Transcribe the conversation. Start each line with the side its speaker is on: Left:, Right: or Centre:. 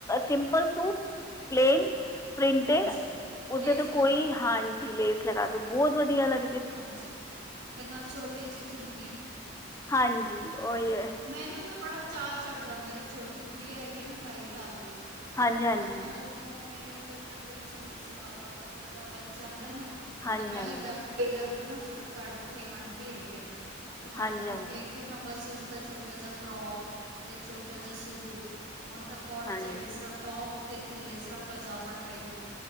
Left: ਸਿੰਪਲ
Right: ਹਾਂ
Left: ਸੂ ਪਲੇਨ ਪ੍ਰਿੰਟੇਡ
Right: ਹਾਂਜੀ ਲੇਸ
Left: ਉਦੇ ਤੇ ਕੋਈ
Right: ਲਗਾ ਕੇ
Left: ਹਾਂ ਜੀ ਲੈ ਲਗਾ ਕੇ ਬਹੁਤ ਵਧੀਆ ਲ
Right: ਹਾਂਜੀ ਤੇ ਨਾਲ ਛੋਟੀ ਜਿਹ ਚੁੰਨੀ।
Left: ਹਾਂਜੀ
Right: ਹਾਂ
Left: ਉਹੀ ਹੈ
Right: ਮੈਨੂੰ ਵੀ ਬੜਾ ਚਾ ਚੜ੍ਹਦਾ ਮੇਰੀ ਛੋਟੀ ਕੁੜੀ ਹੈਗੀ ਨਾ ਠਾਈ ਸਾਲ ਦੀ
Left: ਹਾਂਜੀ ਹਾਂਜੀ
Right: ਤਾ ਮੈਂ ਨੋ ਮੇਰਾ ਜਿਸਰ੍ਹਾਂ ਕੋਈ ਸੂਟ ਸਵਾਵਾ ਤੇ ਕੱਪੜਾ ਬਚ ਜਾਂਦਾ ਨਾ
Left: ਹਾਂਜੀ
Right: ਤੇ ਮੈਂ
Left: ਹਾਂਜੀ
Right: ਟੈਲਰ ਤੋਂ ਨਾ ਛੋਟੇ ਸਾਡੇ ਇੱਥੇ ਇੱਕ ਆਂਟੀ ਹੈਗੇ ਨੇ ਤਾ ਮੈਂ
Left: ਹਾਂਜੀ
Right: ਉਹਨਾ
Left: ਹਾਂਜੀ
Right: ਨੂੰ ਕ ਕਿ ਨਾ ਬਸ ਉਸਦਾ ਛੋਟਾ ਜਿਹਾ ਫਰੋਕ ਯਾ ਛੋਟਾ ਜਿਹਾ ਸੂਟ ਹੁਣ ਤੱਕ ਕੋਡ
Left: ਹਾਂਜੀ
Right: ਸੈਟ ਸਿਰਫ ਟੋਪ ਤੇ ਥੱਲੇ ਸਰਾ ਪਜਾਮਾ ਟਾਈਪ।